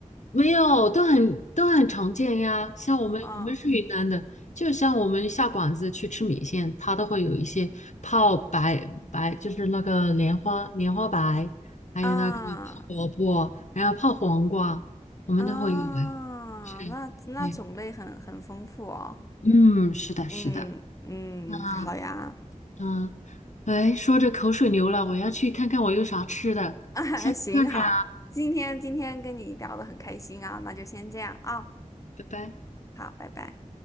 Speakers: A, on the left (about 65°); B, on the left (about 25°).
A: 没有，都很都很常见呀。像我们我们是云南的，
B: 啊
A: 就像我们下馆子去吃米线，它都会有一些泡白白，就是那个莲花莲花白，还有那个泡萝卜，
B: 啊
A: 还有泡黄瓜，我们都会有诶。
B: 啊！
A: 是，
B: 那那种类很很丰富哦。
A: 对，嗯，是的，是的。
B: 嗯嗯，
A: 那
B: 好呀，
A: 嗯，哎，说着口水流了，我要去看看我有啥吃的，
B: <laughs> 啊行哈，
A: 下次再聊，
B: 今天今天跟你聊得很开心啊，那就先这样啊，
A: 拜拜。
B: 好，拜拜。